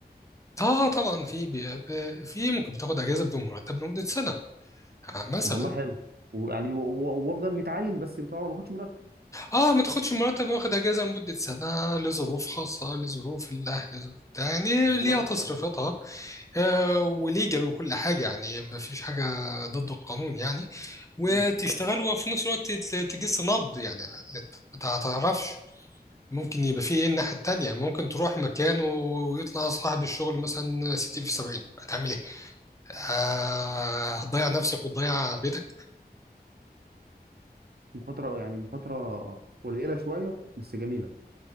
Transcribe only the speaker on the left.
اه طبعا في بي... بي- في ممكن بتاخد اجازه بدون مرتب لمده سنه آه مثلا
اه ما تاخدش مرتب واخد اجازه لمده سنه لظروف خاصه لظروف الاهل لظروف بتاع، يعني
ليها
تصريفاتها آه، وليجل وكل حاجة يعني ما فيش حاجة ضد القانون يعني وتشتغل
وفي نفس الوقت ت- تجس نبض يعني انت ما تعرفش ممكن يبقى في ايه الناحية التانية ممكن تروح مكان ويطلع صاحب الشغل مثلا 60 في 70 هتعمل ايه؟ آه، هتضيع نفسك وتضيع بيتك